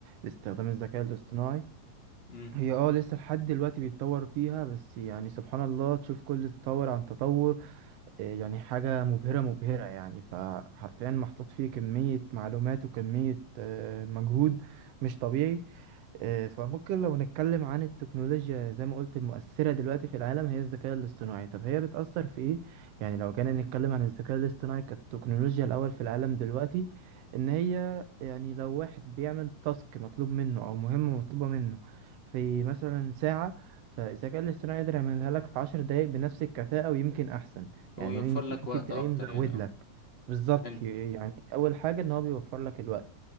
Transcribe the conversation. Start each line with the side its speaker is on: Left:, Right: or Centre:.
Right: استخدام الذكاء الاصطناعي
Left: امم
Right: هي اه لسه لحد دلوقتي بيتطور فيها بس يعني سبحان الله تشوف كل تطور عن تطور يعني حاجة مبهرة مبهرة يعني فحرفيا محطوط فيه كمية معلومات وكمية آه، مجهود مش طبيعي آه، فممكن لو نتكلم عن التكنولوجيا زي ما قلت المؤثرة دلوقتي في العالم هي الذكاء الاصطناعي طب هي بتأثر في ايه؟ يعني لو جينا نتكلم عن الذكاء الاصطناعي كالتكنولوجيا الأول في العالم دلوقتي إن هي يعني لو واحد بيعمل تاسك مطلوب منه أو مهمة مطلوبة منه في مثلا ساعة فالذكاء الاصطناعي يقدر يعملها لك في عشر دقايق بنفس الكفاءة ويمكن أحسن
Left: هو
Right: يعني
Left: يوفر
Right: مين-
Left: لك
Right: يمكن
Left: وقت
Right: تلاقيه
Left: اكتر
Right: مزود
Left: يعني اه
Right: لك بالظبط
Left: حلو
Right: ي- يعني اول حاجه ان هو بيوفر لك الوقت